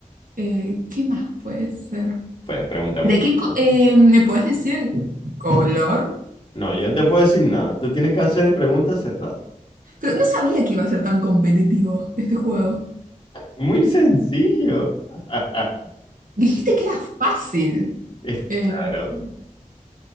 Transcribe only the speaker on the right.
eh, ¿qué más puede ser?
¿De
qué co-
eh, me puedes decir color?
Pero no sabía que iba a ser tan competitivo este juego.
Dijiste que era fácil.
Eh,